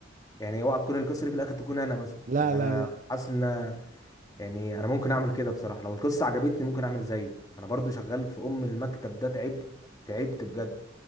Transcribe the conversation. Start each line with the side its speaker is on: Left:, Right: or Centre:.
Left: يعني اوعى تكون القصه دي في الاخر تكون انا مثلا
Right: لا
Left: يعني
Right: لا
Left: انا
Right: لا
Left: حاسس ان يعني انا ممكن اعمل كده بصراحه لو القصه عجبتني ممكن اعمل زيه انا برضو شغال في ام المكتب ده تعبت تعبت بجد